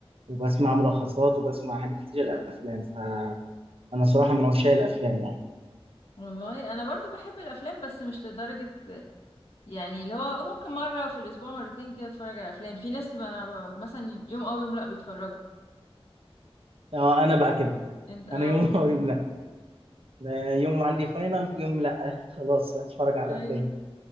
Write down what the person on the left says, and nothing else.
والله انا برضو بحب الافلام بس مش لدرجه يعني اللي هو ممكن مره في الاسبوع مرتين كده اتفرج على افلام في ناس بقى- انا ب- مثلا يوم او يوم لا بيتفرجوا
انت اه
ايوه